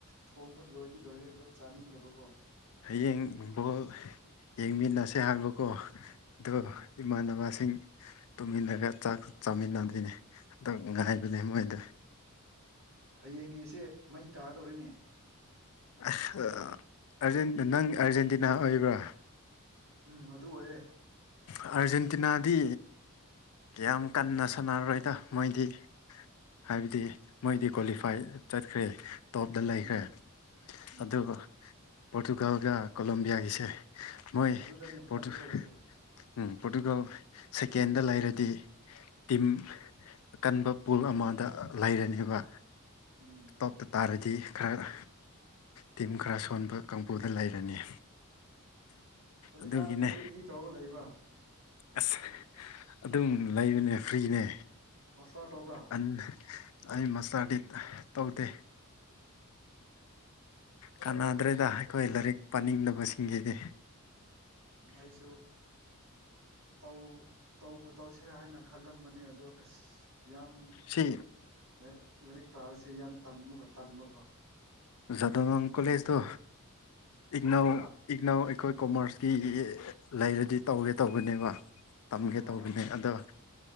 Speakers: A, on the right; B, on the left.
A: ꯊꯣꯡꯕ ꯂꯣꯏꯗꯤ ꯂꯣꯏꯔꯦ ꯑꯗꯨ ꯆꯥꯅꯤꯡꯗꯕꯀꯣ
B: ꯍꯌꯦꯡꯕꯣꯜ ꯌꯦꯡꯃꯤꯟꯅꯁꯦ ꯍꯥꯏꯕꯀꯣ ꯑꯗꯨꯒ
A: ꯑꯣ
B: ꯏꯃꯥꯟꯅꯕꯁꯤꯡ ꯇꯨꯝꯃꯤꯟꯅꯒ ꯆꯥꯛ ꯆꯥꯃꯤꯟꯅꯕꯤ ꯗꯣ ꯉꯥꯏꯕꯅꯦ
A: ꯑꯣ
B: ꯃꯣꯏꯗ
A: ꯍꯌꯦꯡꯒꯤꯁꯦ ꯃꯩ ꯇꯥꯒꯗꯧꯔꯤꯅꯦ
B: ꯑꯁ ꯑ ꯑꯥꯔꯖꯦꯟ ꯅꯪ ꯑꯥꯔꯖꯦꯟꯇꯤꯅꯥ ꯑꯣꯏꯕ꯭ꯔꯣ
A: ꯎꯝ ꯑꯗꯨ ꯑꯣꯏꯌꯦ
B: ꯑꯥꯔꯖꯦꯟꯇꯤꯅꯥꯗꯤ ꯀꯌꯥꯝ ꯀꯟꯅ ꯁꯥꯟꯅꯔꯔꯣꯏꯗ ꯃꯣꯏꯗꯤ ꯍꯥꯏꯕꯗꯤ ꯃꯣꯏꯗꯤ ꯀ꯭ꯋꯥꯂꯤꯐꯥꯏ ꯆꯠꯈ꯭ꯔꯦ ꯇꯣꯞꯇ ꯂꯩꯈ꯭ꯔꯦ
A: ꯎꯝ ꯎꯝ
B: ꯑꯗꯨꯒ ꯄꯣꯔꯇꯨꯒꯥꯜꯒ ꯀꯣꯂꯣꯕꯤꯌꯥꯒꯤꯁꯦ ꯃꯣꯏ
A: ꯑꯗꯨꯗꯅꯦ
B: ꯄꯣꯇꯨ
A: ꯀꯟꯒꯗꯕꯁꯦ
B: ꯎꯝ ꯄꯣꯔꯇꯨꯒꯜ ꯁꯦꯀꯦꯟꯗ ꯂꯩꯔꯗꯤ ꯇꯤꯝ ꯀꯟꯕ ꯄꯨꯜ ꯑꯃꯗ ꯂꯩꯔꯅꯦꯕ
A: ꯎꯝ
B: ꯇꯣꯞꯇ ꯇꯥꯔꯗꯤ ꯈꯔ ꯇꯤꯝ ꯈꯔ ꯁꯣꯟꯕ ꯀꯥꯡꯕꯨꯗ ꯂꯩꯔꯅꯤ
A: ꯍꯧꯖꯤꯛꯀꯥꯟ
B: ꯑꯗꯨꯒꯤꯅꯦ
A: ꯀꯔꯤ ꯀꯔꯤ ꯇꯧꯔꯒ ꯂꯩꯕ
B: ꯑꯁ ꯑꯗꯨꯝ ꯂꯩꯕꯅꯦ ꯐ꯭ꯔꯤꯅꯦ
A: ꯃꯥꯁꯇꯔ ꯇꯧꯕ꯭ꯔꯥ
B: ꯑꯟ ꯑꯩ ꯃꯥꯁꯇꯔꯗꯤ ꯇꯧꯗꯦ ꯀꯥꯟꯅꯗ꯭ꯔꯦꯗ ꯑꯩꯈꯣꯏ ꯂꯥꯏꯔꯤꯛ ꯄꯥꯅꯤꯡꯗꯕꯁꯤꯡꯒꯤꯗꯤ
A: ꯑꯩꯁꯨ ꯇꯧ ꯇꯧꯕꯨ ꯇꯧꯁꯤꯔꯦ ꯍꯥꯏꯅ ꯈꯜꯂꯝꯕꯅꯦ ꯑꯗꯣ ꯑꯁ ꯌꯥꯝ
B: ꯁꯤ
A: ꯂꯥꯏꯔꯤꯛ ꯂꯥꯏꯔꯤꯛ ꯄꯥꯕꯁꯤ ꯌꯥꯝ ꯇꯝꯃꯨꯒ ꯇꯟꯕꯀꯣ
B: ꯖꯥꯗꯨ ꯅꯪ
A: ꯑꯗꯨꯒꯤ
B: ꯀꯣꯂꯦꯖꯗꯣ ꯏꯛꯅꯧ
A: ꯑꯥ
B: ꯏꯛꯅꯎ ꯑꯩꯈꯣꯏ ꯀꯣꯃꯔꯁꯀꯤ ꯂꯩꯔꯗꯤ ꯇꯧꯒꯦ ꯇꯧꯕꯅꯦꯕ ꯇꯝꯒꯦ
A: ꯑꯥ
B: ꯇꯧꯕꯅꯦ ꯑꯗꯣ